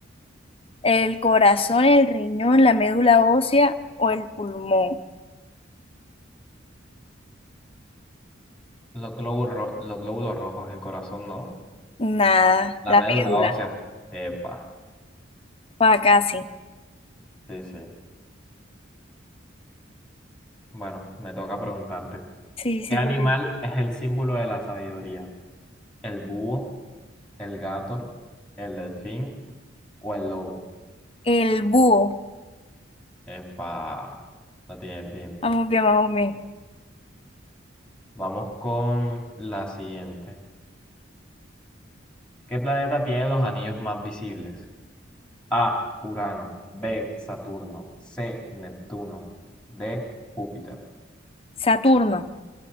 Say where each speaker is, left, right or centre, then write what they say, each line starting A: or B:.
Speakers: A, on the left (about 30°); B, in the centre.
A: ¿El corazón, el riñón, la médula ósea o el pulmón?
B: Los glóbulos, ro- los glóbulos rojos, el corazón no.
A: Nada,
B: La
A: la
B: médula
A: médula.
B: ósea. Epa.
A: Pa' casi.
B: Sí, sí. Bueno, me toca preguntarte.
A: Sí, sí,
B: ¿Qué animal
A: porque
B: es el símbolo de la sabiduría? ¿El búho, el gato, el delfín o el lobo?
A: el búho.
B: Epa. La tienes bien.
A: Vamos bien, vamos bien.
B: Vamos con la siguiente. ¿Qué planeta tiene los anillos más visibles? A. Urano. B. Saturno. C. Neptuno. D. Júpiter.
A: Saturno.